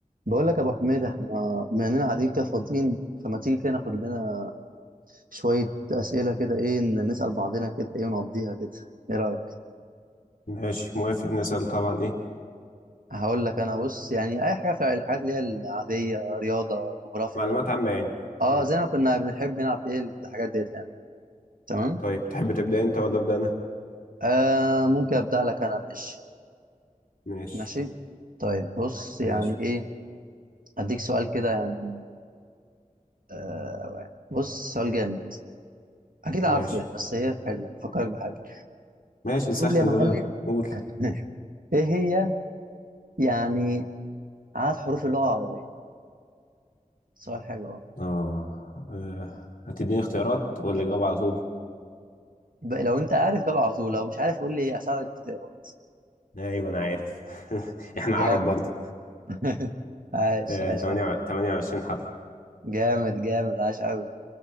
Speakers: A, on the right; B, on the left.
A: بقول لك يا ابو حميد احنا بما اننا قاعدين كده فاضيين فما تيجي كده ناخد لنا شويه اسئله كده ايه ن- نسال بعضنا كده ايه ونقضيها كده ايه رايك
B: ماشي موافق نسأل طبعا ايه
A: هقول لك انا بص يعني اي حاجه في الحاجات اللي هي العاديه رياضه جغرافيا
B: معلومات عامة يعني
A: اه
B: مم.
A: زي ما كنا بنحب نلعب ايه الحاجات ديت يعني تمام
B: طيب تحب تبدأ انت ولا أبدأ انا
A: آه ممكن ابدا لك انا ماشي
B: ماشي
A: ماشي طيب بص يعني
B: ماشي
A: ايه اديك سؤال كده يعني آه بص سؤال جامد اكيد عارفه
B: ماشي
A: يعني بس ايه حلو يعني، فكرك بحاجه
B: ماشي نسخن
A: قول لي يا معلم
B: دماغنا قول
A: <laughs> ايه هي يعني عدد حروف اللغة العربية سؤال حلو أوي.
B: اه آه، هتديني اختيارات ولا اجاوب على طول
A: ب- لو أنت عارف جاوب على طول لو مش عارف قول لي أساعدك باختيارات
B: ايوه انا عارف <laughs> احنا
A: جامد
B: عرب برضه
A: <laughs> عاش
B: آه،
A: عاش
B: تمانية
A: أوي
B: 28 حرف
A: جامد جامد عاش أوي